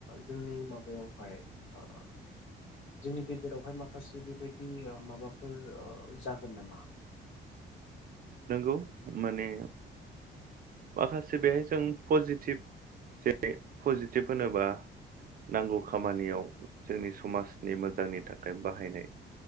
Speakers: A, on the left; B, on the right.
A: जोंनि माबायावहाय ओ जोंनि गेजेरावहाय माखासे बेबायदि ओ माबाफोर ओ जागोन नामा
B: नोंगौ माने माखासे बेहाय जों पजिटिभ जे पजिटिभ होनोबा नांगौ खामानियाव जोंनि समाजनि मोजांनि थाखाय बाहायनाय।